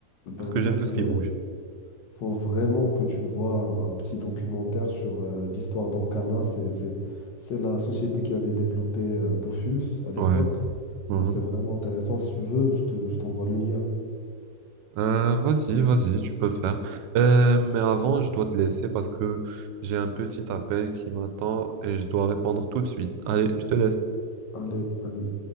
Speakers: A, on the left; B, on the right.
A: ben
B: parce que
A: mec,
B: j'aime tout ce qui
A: euh,
B: bouge.
A: faut vraiment que tu vois un petit documentaire sur euh, l'histoire d'Ankama. C'est, c'est, c'est la société qui avait développé euh, Dofus à l'époque.
B: Ouais. mhm.
A: Ben, c'est vraiment intéressant. Si tu veux, je te- je t'envoie le lien.
B: Euh, vas-y, vas-y, tu peux le faire. Euh, mais avant, je dois te laisser parce que j'ai un petit appel qui m'attend et je dois répondre tout de suite. Allez, je te laisse.
A: Allez, vas-y.